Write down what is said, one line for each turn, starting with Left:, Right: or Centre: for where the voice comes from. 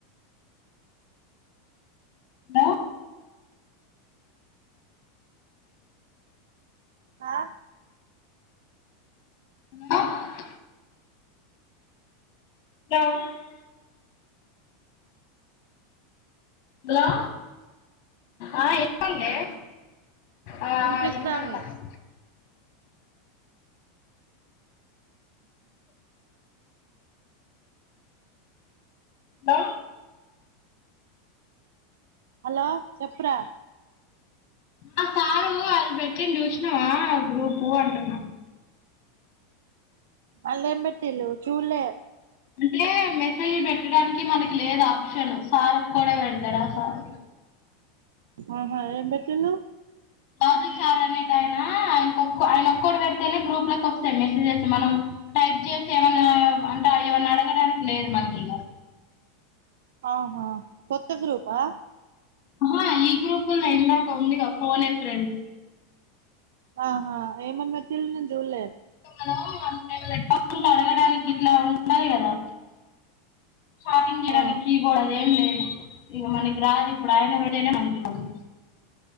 Left: ద
Right: ఆ
Left: హలో హలో హలో ఆ ఏం అయిదే ఆ
Right: వినిపిస్తాంది
Left: ఆ ఇన్పడ్తాంది దా
Right: అలో చెప్పురా
Left: ఆ సారూ అది బెట్టిండ్ జూష్నవా గ్రూపూ అంటున్నా
Right: అల్లేం బెట్టిల్లు చూల్లే
Left: అంటే మెసేజ్ పెట్టడానికి మనకి లేదు ఆప్షన్ సారొక్కడే పెడతడా సారు
Right: ఆహా ఏం బెట్టిల్లూ
Left: బాబ్జీ సారానేటాయనా ఆయన కొక్క ఆయనొక్కడు పెడితేనే గ్రూప్లకొస్తయ్ మెసేజెస్ మనం టైప్ జేసెమన్నా అంటా ఏమన్నడగడానికి లేదు మనకిగా
Right: ఆహా కొత్త గ్రూపా
Left: ఆహా ఈ గ్రూపుల్నే ఇందాక ఉందిగా ఫనే ఫ్రెండ్
Right: ఆహా ఏమన్ బెట్టిల్ నేన్ జూల్లే
Left: మనమూ ఏమన్న డౌట్లుంటె అడగడానిక్గిట్లా ఉండాలి గదా షాపింగ్ జేయడానికీబోర్డ్
Right: ఆ
Left: అదేం లేదు ఇగ మనకి రాదిప్పుడు ఆయన పెడేనే మనం జూడాలి